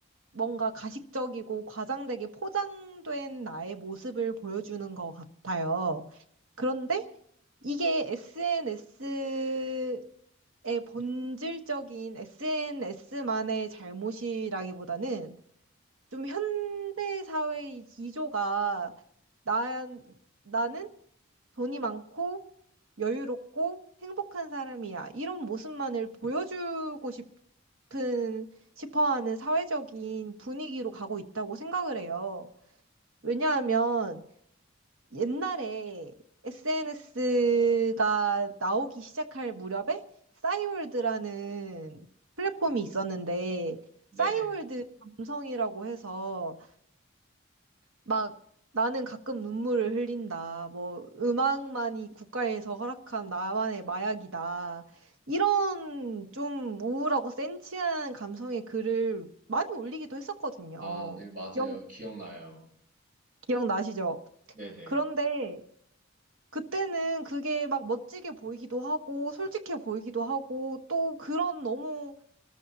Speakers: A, on the right; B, on the right.
A: 뭔가 가식적이고 과장되게 포장된 나의 모습을 보여주는 것 같아요. 그런데 이게 SNS의 본질적인 SNS만의 잘못이라기보다는 좀 현대 사회의 기조가 나, 나는 돈이 많고 여유롭고 행복한 사람이야. 이런 모습만을 보여주고 싶은, 싶어 하는 사회적인 분위기로 가고 있다고 생각을 해요. 왜냐하면 옛날에 SNS가 나오기 시작할 무렵에 싸이월드라는 플랫폼이 있었는데
B: 네네.
A: 싸이월드 감성이라고 해서 막 나는 가끔 눈물을 흘린다. 뭐 음악만이 국가에서 허락한 나만의 마약이다. 이런 좀 우울하고 센치한 감성의 글을 많이 올리기도 했었거든요.
B: 아, 네, 맞아요.
A: 기억,
B: 기억나요.
A: 기억나시죠?
B: 네네,
A: 그런데 그때는 그게 막 멋지게 보이기도 하고, 솔직해 보이기도 하고, 또 그런 너무